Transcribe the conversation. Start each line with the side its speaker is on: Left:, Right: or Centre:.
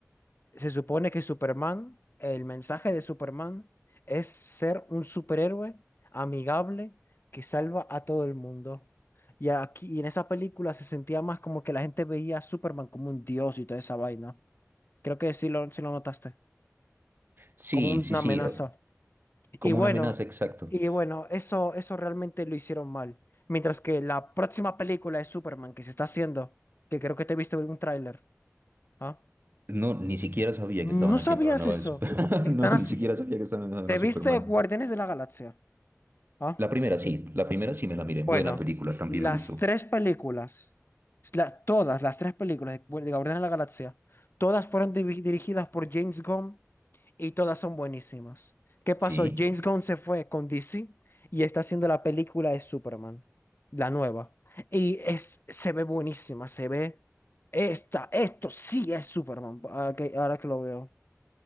Left: Se supone que Superman, el mensaje de Superman es ser un superhéroe amigable que salva a todo el mundo. Y aquí, y en esa película se sentía más como que la gente veía a Superman como un dios y toda esa vaina. Creo que sí lo, sí lo notaste,
Right: Sí,
Left: como una
Right: sí, sí,
Left: amenaza.
Right: o-
Left: Y
Right: como
Left: bueno,
Right: una amenaza, exacto.
Left: y bueno, eso, eso realmente lo hicieron mal. Mientras que la próxima película de Superman que se está haciendo, que creo que te viste en un tráiler, ¿ah?
Right: No, ni siquiera sabía
Left: ¿No
Right: que estaban haciendo
Left: sabías
Right: una nueva
Left: eso?
Right: de Superman.
Left: Están
Right: <laughs> No,
Left: así.
Right: ni siquiera sabía que estaban haciendo
Left: ¿Te
Right: una Superman.
Left: viste Guardianes de la Galaxia? Ah,
Right: La primera sí, la primera sí me la miré.
Left: bueno,
Right: Buena película, también
Left: las
Right: me gustó.
Left: tres películas, la- todas las tres películas de, Guar- de Guardianes de la Galaxia, todas fueron diri- dirigidas por James Gunn y todas son buenísimas. ¿Qué pasó?
Right: Sí.
Left: James Gunn se fue con DC y está haciendo la película de Superman, la nueva. Y es, se ve buenísima, se ve. Esta, esto sí es Superman, ah, que- ahora que lo veo.